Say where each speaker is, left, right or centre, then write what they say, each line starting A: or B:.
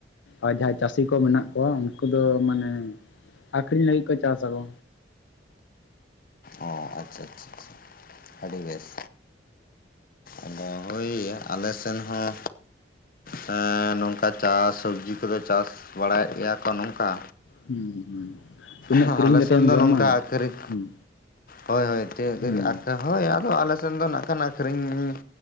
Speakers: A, on the left; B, on the left.
A: ᱟᱨ ᱡᱟᱦᱟᱸᱭ ᱪᱟᱹᱥᱤ ᱠᱚ ᱢᱮᱱᱟᱜ ᱠᱚᱣᱟ ᱩᱱᱠᱩ ᱫᱚ ᱢᱟᱱᱮ ᱟᱹᱠᱷᱨᱤᱧ ᱞᱟᱹᱜᱤᱫ ᱠᱚ ᱪᱟᱥᱟ ᱠᱚ᱾
B: ᱚ ᱟᱪᱪᱷᱟ ᱟᱪᱪᱷᱟ ᱟᱹᱰᱤ ᱵᱮᱥ᱾ ᱟᱫᱚ ᱦᱳᱭ ᱟᱞᱮ ᱥᱮᱱ ᱦᱚᱸ ᱦᱮᱸ ᱱᱚᱝᱠᱟ ᱪᱟᱥ ᱥᱚᱵᱽᱡᱤ ᱠᱚᱫᱚ ᱪᱟᱥ ᱵᱟᱲᱟᱭᱮᱫ ᱜᱮᱭᱟ ᱠᱚ ᱱᱚᱝᱠᱟ᱾
A: ᱦᱩᱸ ᱦᱩᱸ ᱛᱤᱱᱟᱹᱜ
B: ᱦᱚᱸ
A: ᱠᱤᱨᱤᱧ
B: ᱟᱞᱮ
A: ᱠᱟᱛᱮᱫ
B: ᱥᱮᱱ
A: ᱮᱢ
B: ᱫᱚ
A: ᱡᱚᱢᱟ
B: ᱱᱚᱝᱠᱟ ᱟᱹᱠᱨᱤᱧ
A: ᱦᱩᱸ
B: ᱦᱳᱭ ᱦᱳᱭ ᱛᱤᱱᱟᱹᱜ ᱫᱷᱟᱨᱤᱡ
A: ᱦᱩᱸ
B: ᱟᱫᱚ ᱦᱳᱭ ᱟᱫᱚ ᱟᱞᱮᱥᱮᱱ ᱫᱚ ᱱᱟᱜ ᱠᱷᱟᱱ ᱟᱹᱠᱷᱨᱤᱧ